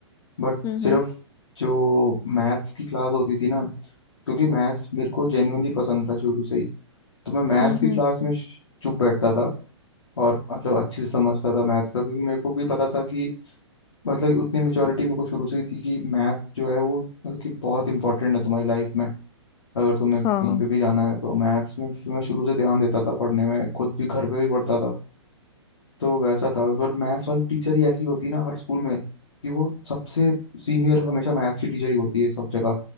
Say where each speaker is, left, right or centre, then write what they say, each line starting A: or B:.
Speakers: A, on the left; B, on the left.
A: बट
B: हम्म
A: सिर्फ
B: हम्म
A: जो मैथ्स की क्लास होती थी ना क्योंकि मैथ्स मेरे को जेन्युइनली पसंद था शुरू से ही तो मैं मैथ्स
B: हम्म,
A: की क्लास
B: हम्म,
A: में श- चुप बैठता था और मतलब अच्छे से समझता था मैथ्स का क्योंकि मेरे को भी पता था कि मतलब उतनी मेच्योरिटी मेरे को शुरू से ही थी कि मैथ्स जो है वो मतलब कि बहुत इंपॉर्टेंट है तुम्हारी लाइफ में अगर तुम्हें कहीं
B: हाँ
A: पे भी जाना है तो मैथ्स में फिर मैं शुरू से ध्यान देता था पढ़ने में खुद भी घर पे भी पढ़ता था तो वैसा था और मैथ्स वाली टीचर ही ऐसी होती है ना हर स्कूल में कि वो सबसे सीनियर हमेशा मैथ्स की टीचर ही होती है सब जगह